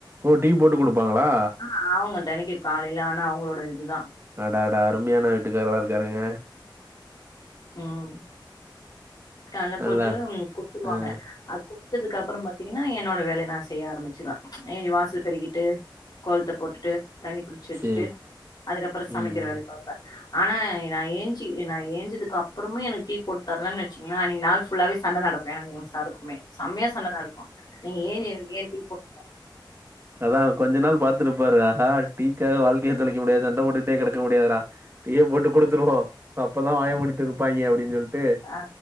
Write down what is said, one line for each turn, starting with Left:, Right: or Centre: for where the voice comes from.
Right: ஓ டீ போட்டு குடுப்பாங்களா
Left: ஆ அவாங்க தெனக்கி காலைல ஆனா அவுங்களோட இதுதா
Right: அடாடா அருமையானா வீட்டுக்காரரா இருக்காருங்க
Left: ம் கால்ல போட்டு
Right: நல்லா
Left: ம் குடுத்துருவாங்க
Right: ஆ
Left: அது குடுத்ததுக்கு அப்பறம் பாத்தீங்கன்னா என்னோட வேலை நா செய்ய ஆரம்பிச்சுருவே ஏனி வாசல் பெருக்கிட்டு கோலத்த போட்டுட்டு தண்ணி புடிச்சு வச்சுட்டு
Right: சேரி
Left: அதுக்கப்பற சமைக்கிற
Right: ம்
Left: வேலைய பாப்பே ஆனா நா ஏஞ்சி நா ஏஞ்சதுக்கு அப்பறமே எனக்கு டீ போட்டு தரலன்னு வச் ங்ள அன்னக்கி நாள் ஃபுல்லாவே சண்ட நடக்கூ எனக்கூ எங்க சாருக்கூ மே செம்மையா சண்ட நடக்கூ நீ ஏன் எனக்கு ஏன் டீ போட்
Right: அதான் கொஞ்ச நாள் பாத்துட்டு இருப்பாரு ஆஹா டீக்காக வாழ்க்கையை தொலைக்க முடியாது சண்டை போட்டுட்டே கெடக்க முடியாதுடா டீய போட்டு குடுத்துருவோ அப்பதா வாய மூடிட்டு இருப்பாய்ங்க அப்டின்னு சொல்லிட்டு
Left: ஆ